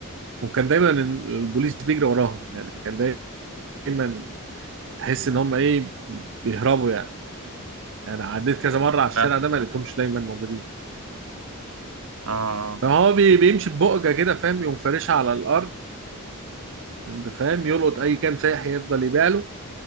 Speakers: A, on the right; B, on the right.
A: وكان دايما البوليس بيجري وراهم يعني كان دايما تحس ان هم ايه بيهربوا يعني يعني عديت كذا مرة على الشارع
B: فاهمك
A: ده ما
B: اه
A: لقيتهمش دايما موجودين
B: اه
A: فهو بي- بيمشي ببقجة كده فاهم يقوم فارشها على الأرض أنت فاهم يلقط أي كام سايح يفضل يبيع له